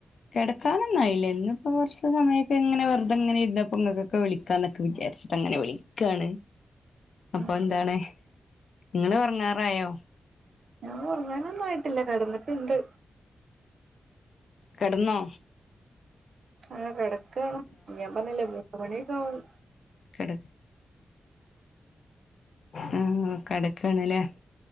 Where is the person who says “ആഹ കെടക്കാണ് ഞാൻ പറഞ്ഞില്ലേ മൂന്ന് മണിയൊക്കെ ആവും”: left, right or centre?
Right